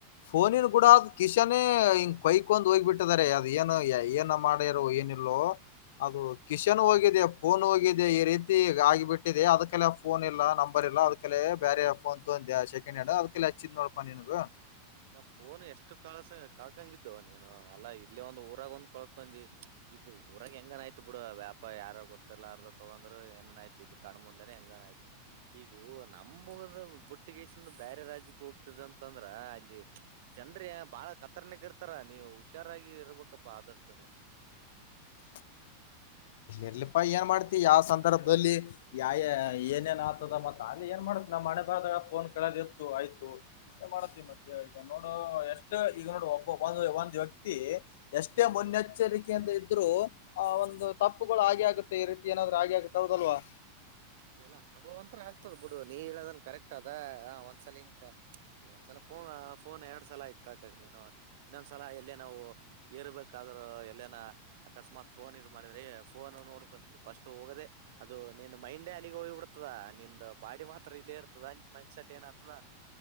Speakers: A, on the left; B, on the right.
A: ಫೋನಿನ್ ಕೂಡ ಅದು ಕಿಶನೆ ಹಿಂಗೆ ಬೈಕೊಂಡು ಹೋಗಿಬಿಟ್ಟಿದ್ದರೆ ಅದ್ ಏನು ಏನೋ ಮಾಡ್ಯಾರೋ ಏನಿಲ್ಲೋ ಅದು ಕಿಶನ್ ಹೋಗಿದೆ ಫೋನ್ ಹೋಗಿದೆ ಈ ರೀತಿ ಆಗಿಬಿಟ್ಟಿದೆ ಅದಕ್ಕೆ ಫೋನ್ ಇಲ್ಲ ನಂಬರ್ ಇಲ್ಲ ಅದಕಲೆೇ ಬೇರೆ ಫೋನ್ ತ ಸೆಕೆಂಡ್ ಹ್ಯಾಂಡ್ ಅದಕ ಹಚ್ಚಿದ್ ನೋಡ್ಪಿಗ
B: ಅಲ್ಲ ಫೋನ್ ಎಷ್ಟು ಕಳಸ ಕಳ್ಕಂಗಿದ್ದು ನೀನು ಅಲ್ಲಾ ಇಲ್ಲೇ ಒಂದು ಊರಾಗ ಒಂದ್ ಕಳ್ಕೊಂಡಿ ಇದ ಊರಾಗ ಹೆಂಗನ್ ಆಯ್ತು ಬಿಡು ವ್ಯಾಪಾರ ಯಾರ ಗೊತ್ತರ್ಲಾರ್ದೋ ತಗಂದ್ರರು ಏನನ್ ಆಯ್ತ ಇ ಕಣ್ಣ ಮುಂದನೆ ಹೆಂಗನ ಆಯ್ತು ಈಗೂ ನಮ್ಮಊರು ಬುಟ್ಟಿಗೇಶಂದು ಬೇರೆ ರಾಜಕ್ಕೆ ಹೋಗ್ತದ ಅಂತಂದ್ರ ಅಲ್ಲಿ ಜನ್ ಬಾಳ ಕತರ್ನಕ್ ಇರ್ತಾರ ನೀವು ಹುಷಾರಾಗಿ ಇರ್ಬೇಕಪ್ಪಾ ಆದಷ್ಟು ನೀನ್
A: <inaudible> ಇರ್ಲಿಪ ಏನ್ ಮಾಡ್ತಿ ಯಾವ ಸಂದರ್ಭದಲ್ಲಿ ಯಾ ಏನೇಏನ್ ಆತದ ಮತ್ತ ಅಲ್ಲಿ ಏನ್ ಮಾಡ್ತಿ ನಮ್ಮ್ ಹಣೆ ಬರದಾಗ ಫೋನ್ ಕದ ಇತ್ತು ಆಯ್ತು ಮಾಡತ್ತತಿವಿ ಮತ್ತೆ ಈಗ ನೋಡು ಎಷ್ಟು ಈಗ ನೋಡು ಒಬ್ಬೊಬ್ಬ ಒಂದು ಒಂದು ವ್ಯಕ್ತಿ ಎಷ್ಟೇ ಮುನ್ನೆಚ್ಚರಿಕೆಯಿಂದ ಇದ್ರು ಆ ಒಂದು ತಪ್ಪುಗಳು ಹಾಗೆ ಆಗುತ್ತೆ ಈ ರೀತಿ ಏನಾದ್ರು ಹಾಗೆ ಆಗುತ್ತೆ ಹೌದಲ್ವಾ
B: ಅದೆಲ್ಲಾ ಅನುಭವ ಅಂತರ ಆಗ್ತದ್ ಬಿಡು ನೀ ಹೇಳದನ್ ಕರೆಕ್ಟ್ ಅದ ಒಂದ್ಸಲ ಹಿಂಗ ಈ ಒಂದ್ಸಲ ಫೋನ್ ಫೋನ್ ಎರಡ್ ಸಲ ಆಯ್ತ್ ಕಾಕಾಗ ನೀನು ಇನ್ನೊಂದ್ಸಲ ಎಲ್ಲೇ ನಾವು ಏರ್ಬೇಕಾದ ಎಲ್ಲನ ಅಕಸ್ಮಾತ್ ಫೋನ್ ಇ ಮಾಡಿದ್ರೆ ಫೋನ್ ನೋಡ್ಕೊ ಫಸ್ಟ್ ಹೋಗದೆ ಅದು ನೀನು ಮೈಂಡೇ ಅಲ್ಲಿಗ್ ಹೋಗಿ ಬಿಡ್ತದ ನಿಂದ ಬಾಡಿ ಮಾತ್ರ ಇಲ್ಲೇ ಇರ್ತದ ನಿನ್ನ ಮೈಂಡ್ ಸೆಟ್ ಏನ್ ಆತದ